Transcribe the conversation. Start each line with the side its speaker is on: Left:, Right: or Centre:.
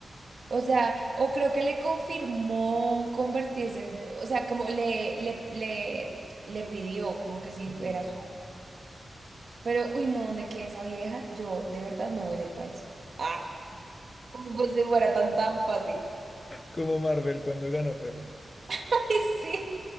Right: o sea, o creo que le confirmó convertirse, en- o sea, como le, le, le, le pidió, como que si
Left: Mm.
Right: era su Pero, uy, no, donde quede esa vieja, yo de verdad me voy del país. Ah, ¿cómo pues si fuera tan tan fácil.
Left: Como Marvel cuando ganó Petro.
Right: <laughs> Ay, sí.